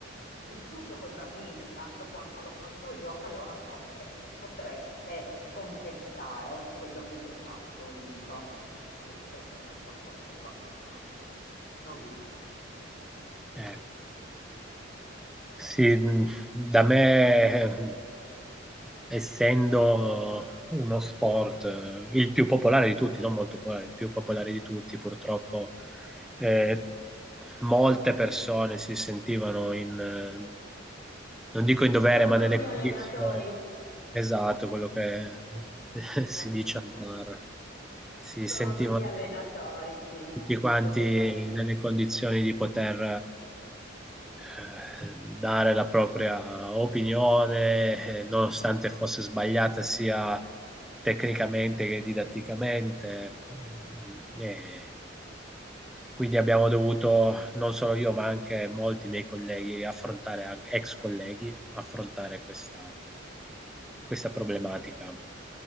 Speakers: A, on the left (about 50°); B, in the centre.
A: vissuto con i bambini tanto quanto l'ho fatto io, allora forse potreste contestare quello che io faccio o dico. E spesso purtroppo non vengo ascoltata, non vi interessa.
B: eh, sì, da me, eh, essendo uno sport, eh, il più popolare di tutti, non molto popolare, il più popolare di tutti, purtroppo eh, molte persone si sentivano in, eh, non dico in dovere,
A: Sono
B: ma
A: tutti
B: nelle
A: allenatori.
B: condizioni, esatto, quello che <laughs> si
A: <laughs>
B: dice al bar. si
A: Sono
B: sentivano
A: tutti allenatori, sì,
B: tutti
A: sì,
B: quanti
A: sì, è vero.
B: nelle condizioni di poter eh, dare la propria opinione, eh, nonostante fosse sbagliata sia tecnicamente che didatticamente. Mm, e quindi abbiamo dovuto, non solo io, ma anche molti miei colleghi, affrontare, anche, ex colleghi, affrontare questa, questa problematica.